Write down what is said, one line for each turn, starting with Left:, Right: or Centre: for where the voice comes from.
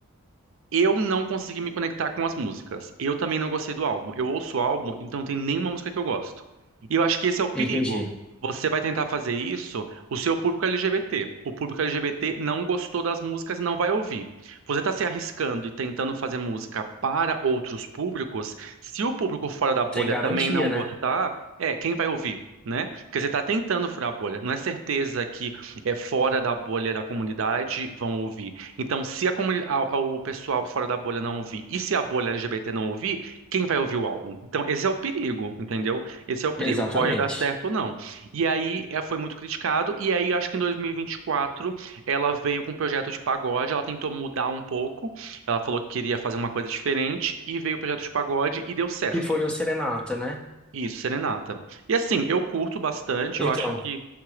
Right: Eu não consegui me conectar com as músicas. Eu também não gostei do álbum. Eu ouço o álbum, então não tem nenhuma música que eu gosto. E eu acho que esse é o perigo.
Centre: entendi.
Right: Você vai tentar fazer isso, o seu público é LGBT. O público LGBT não gostou das músicas e não vai ouvir. Você está se arriscando e tentando fazer música para outros públicos. Se o público fora da bolha
Centre: Sem garantia,
Right: também não
Centre: né?
Right: gostar, é, quem vai ouvir? Né? Porque você está tentando furar a bolha. Não é certeza que é fora da bolha da comunidade vão ouvir. Então, se a comuni- a- a- o pessoal fora da bolha não ouvir, e se a bolha LGBT não ouvir, quem vai ouvir o álbum? Então, esse é o perigo, entendeu? Esse é o perigo,
Centre: Exatamente.
Right: pode dar certo ou não. E aí, é, foi muito criticado, e aí, acho que em 2024, ela veio com um projeto de pagode, ela tentou mudar um pouco, ela falou que queria fazer uma coisa diferente, e veio o projeto de pagode, e deu certo.
Centre: Que foi o Serenata, né?
Right: Isso, Serenata. E assim, eu curto bastante,
Centre: Então,
Right: eu acho que...